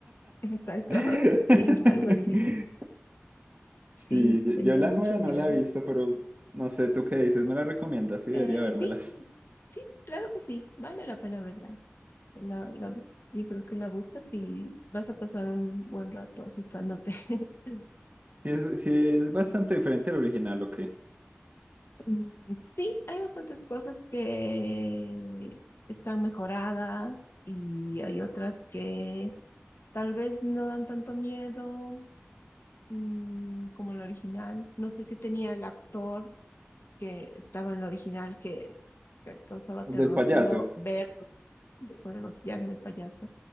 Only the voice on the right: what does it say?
<laughs>
Sí, yo, yo
la
nueva
no la he visto, pero no sé, ¿tú qué dices? ¿Me la recomiendas? Sí, debería
vérmela.
Sí es, sí es bastante diferente al original, ¿o qué?
El del payaso.